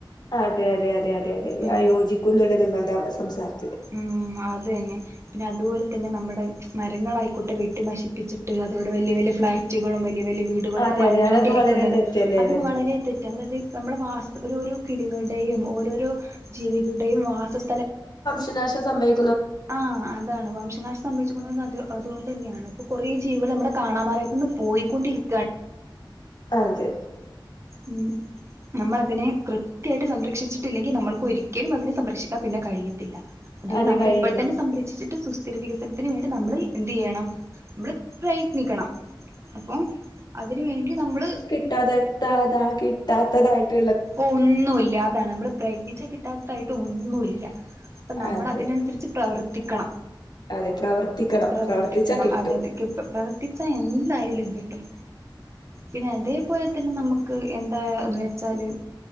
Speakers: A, on the left; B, on the right.
A: അതെ അതെ അതെ അതെ അതെ ഞാൻ
B: ഉം
A: യോജിക്കുന്നുണ്ട് നിങ്ങൾടെ അവസ്ഥ <unintelligible>
B: ഉം അതന്നെ പിന്നെ അതുപോലെ തന്നെ നമ്മുടെ മരങ്ങളായിക്കോട്ടെ വെട്ടി നശിപ്പിച്ചിട്ട് അത്‌വിടെ വല്യ വല്യ ഫ്ളാ <unintelligible> വല്യ വല്ല് വീടുകളൊക്കെ
A: അതെ
B: പണിഞ്ഞോണ്ടിരിക്കുന്നുണ്ട്
A: അതെ അതൊക്കെ വളരെ തെറ്റ് തന്നെയാണ്
B: അതൊക്കെ വളരെ തെറ്റാണ് അതായത് നമ്മളെ വാസ ഒരുഒരു കിളികളുടെയും ഓരോരോ ജീവി <unintelligible> വാസസ്ഥല
A: <unintelligible> നാശം സംഭവി
B: ആ അതാണ് വംശനാശം സംഭവിച്ചു കൊണ്ട് രിന്ന അത് അതുകൊണ്ടന്നെയാണ് ഇപ്പൊ കുറേ ജീവികൾ നമ്മടെ കാണാ മറയത്ത്‌ <unintelligible> പോയിക്കൊണ്ടിരിക്ക
A: അതെ
B: ഉം നമ്മള അതിനെ കൃത്യായിട്ട് സംരക്ഷിച്ചിട്ടില്ലെങ്കി നമ്മൾക്ക് ഒ രി <unintelligible> അതിനെ സംരക്ഷിക്കാൻ പിന്നെ കഴിയത്തില്ല അതുകൊണ്ട്
A: അതെ
B: നമ്മള
A: കഴിയില്ല
B: ഇപ്പഴത്തനെ തന്നെ സംരക്ഷിച്ചിട്ട് സുസ്ഥിര വികസനത്തിന് വേണ്ടി നമ്മള് <unintelligible> നമ്മള് പ്രയത്നിക്കണം അപ്പം അതിന് വേണ്ടി നമ്മള്
A: ട തട്ടാതകിട്ടാത്തതായിട്ട്
B: ഒന്നൂല്ല്യാതാണ് നമ്മള് പ്രത്നിച്ച കിട്ടാത്തതായിട്ട് ഒന്നു ഒന്നുല്ലാ അപ്പ നമ്മള്
A: അതെ
B: അതിനനുസരിച്ച് പ്രവർ തിക്കണ
A: അതെ പ്രവർത്തിക്കണം
B: പ്രവർത്തിക്കണം
A: പ്രവർത്തിച്ചാ കിട്ടും
B: അതെ അതെ ഇപ്പ പ്രവർത്തിച്ച എന്തായാലും കിട്ടും പിന്നെ അതെ പോലെ തന്നെ നമ്മക്ക് എന്താന്ന് വെച്ചാല്